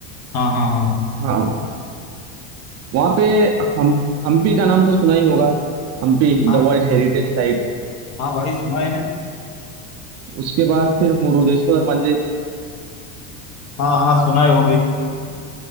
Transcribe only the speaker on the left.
हाँ हाँ हाँ हाँ
हाँ
हाँ भाई सुना है ना
हाँ हाँ सुना है वो भी